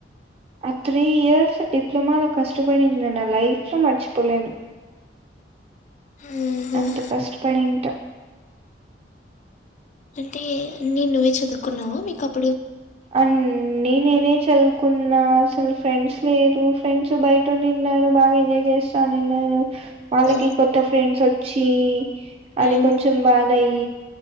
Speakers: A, on the right; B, on the left.
A: ఆ త్రీ ఇయర్స్ డిప్లొమాలో కష్టపడింది నే నా లైఫ్ లో మర్చిపోలేను
B: ఆహా
A: అంత కష్టపడింట
B: అంటే అన్ని నువ్వే చదువుకున్నావు మీకు అప్
A: అ నె నేనే చదువ్ కున్నా అసల్ ఫ్రెండ్స్ లేరు ఫ్రెండ్స్ బయట ఉనిన్నారు బాగ్ ఎంజాయ్ చేస్తానిన్నారు వాళ్లకి
B: ఆ
A: కొత్త ఫ్రెండ్స్ ఒ చీ అది
B: మ్మ్
A: కొంచం బాగ్ నయీ